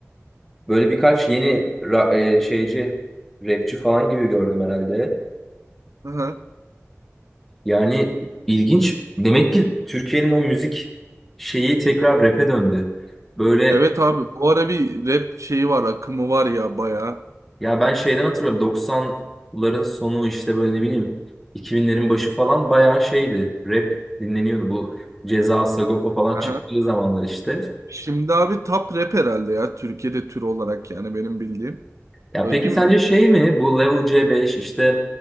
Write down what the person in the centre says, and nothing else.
Böyle birkaç yeni ra- e, şeyci, rapçi falan gibi gördüm herhalde.
Yani ilginç. Demek ki Türkiye'nin o müzik şeyi tekrar rap'e döndü. Böyle
Ya ben şeyden hatırlıyorum 90'ların sonu işte böyle ne bileyim 2000'lerin başı falan bayağı şeydi. Rap dinleniyordu bu Ceza, Sagopa falan
çıktığı zamanlar işte.
Ya
peki
sence
şey mi bu Level C5 işte